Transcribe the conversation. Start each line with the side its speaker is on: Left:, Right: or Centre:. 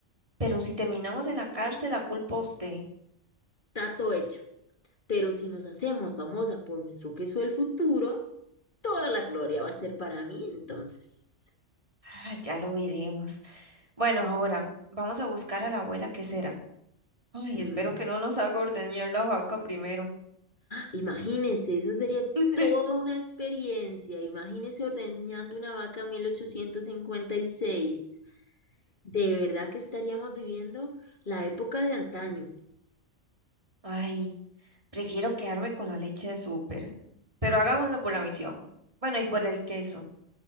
Right: pero si terminamos en la cárcel, la culpa a usted.
Left: Trato hecho. Pero si nos hacemos famosa por nuestro queso del futuro, toda la gloria va a ser para mí, entonces.
Right: Ay, ya lo veremos. Bueno, ahora vamos a buscar a la abuela que será. Ay,
Left: Mm.
Right: espero que no nos haga ordeñar la vaca primero.
Left: Imagínese, eso sería
Right: <laughs>
Left: toda una experiencia. Imagínese ordeñando una vaca en 1856. De verdad que estaríamos viviendo la época de antaño,
Right: Ay, prefiero quedarme con la leche del súper. Pero hagámoslo por la misión. Bueno, y por el queso.